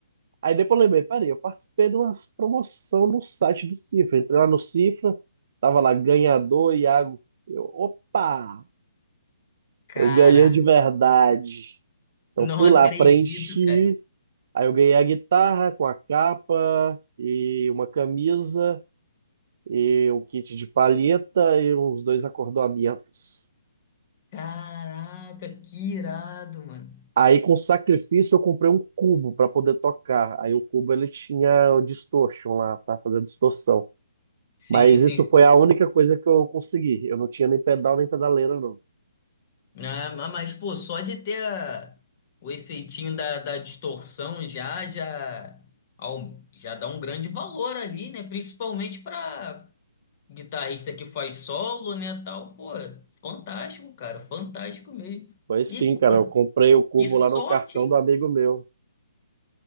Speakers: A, on the right; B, on the left.
A: Aí depois eu lembrei, peraí, eu participei de uma promoção no site do Cifra. Entrei lá no Cifra, tava lá ganhador, Iago. Eu, opa,
B: Caraca,
A: eu ganhei de verdade. Então
B: não
A: fui
B: acredito,
A: lá, preenchi.
B: cara.
A: Aí eu ganhei a guitarra com a capa e uma camisa e um kit de palheta e uns dois acordoamentos.
B: Caraca, que irado, mano.
A: Aí com sacrifício eu comprei um cubo para poder tocar. Aí o cubo ele tinha o distortion lá, para fazer distorção.
B: Sim,
A: Mas
B: sim.
A: isso foi a única coisa que eu consegui. Eu não tinha nem pedal nem pedaleira, não.
B: Né? Ah, ma- mas, pô, só de ter a- o efeitinho da, da distorção já, já, ao- já dá um grande valor ali, né? Principalmente para guitarrista que faz solo, né, tal. Pô, fantástico, cara, fantástico mesmo.
A: Foi sim,
B: E, pô,
A: cara. Eu comprei o cubo
B: que sorte,
A: lá no cartão
B: hein?
A: do amigo meu,